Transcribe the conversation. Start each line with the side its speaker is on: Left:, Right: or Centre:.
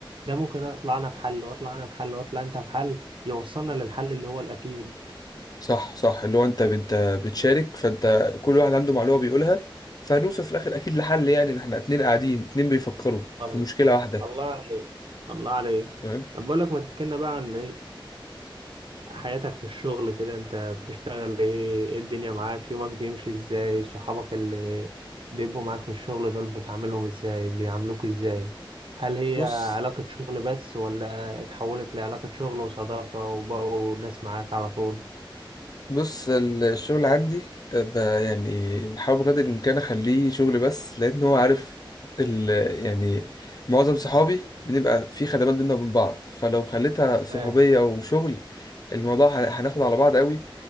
Right: ده ممكن اطلع انا بحل واطلع انا بحل واطلع انت بحل يوصلنا للحل اللي هو الاكيد
Left: صح صح اللي هو انت انت بتشارك فانت كل واحد عنده معلومه بيقولها فهنوصل في الاخر اكيد لحل يعني ان احنا اتنين قاعدين اتنين بيفكروا
Right: الله
Left: في مشكله واحده
Right: الله عليك الله عليك
Left: تمام
Right: بقول لك ما تحكي لنا بقى عن حياتك في الشغل كده انت بتشتغل ايه ايه الدنيا معاك يومك بيمشي ازاي صحابك اللي بيبقوا معاك في الشغل دول بتعاملهم ازاي بيعاملوك ازاي هل هي
Left: بص
Right: علاقة شغل بس ولا اتحولت لعلاقة شغل وصداقة وبقوا ناس معاك على طول
Left: بص ال- الشغل عندي أه، ب- يعني بحاول بقدر الامكان اخليه شغل بس لان هو عارف ال يعني معظم صحابي بنبقى في خدمات بينا وبين بعض فلو خليتها
Right: تمام
Left: صحوبيه وشغل الموضوع هن- هناخد على بعض قوي